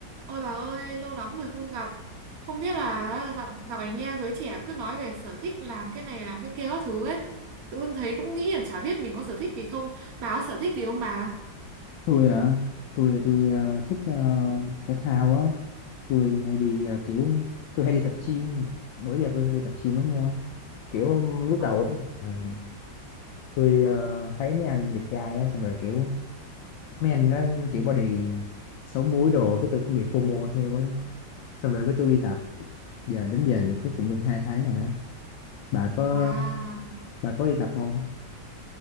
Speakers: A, on the right; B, on the left.
A: Ôi bà ơi, lâu lắm rồi không gặp. Không biết là dạo, dạo này nghe giới trẻ cứ nói về sở thích làm cái này làm cái kia các thứ ấy. Tự dưng thấy cũng nghĩ là chả biết mình có sở thích gì không. Bà có sở thích gì không bà?
B: tôi à tôi tôi à, thích ờ, thể thao á tôi hay đi à, kiểu tôi hay đi tập gym bữa giờ tôi hay đi tập gym lắm luôn á kiểu lúc
A: Ờ,
B: đầu á, là tôi ờ, thấy mấy anh đẹp trai á xong rồi kiểu mấy anh đó kiểu body xấu múi đồ cái tôi cũng bị FOMO theo ấy xong rồi cái tôi đi tập giờ đến giờ thì cuối cùng được hai tháng rồi á bà có
A: Wow.
B: bà có đi tập không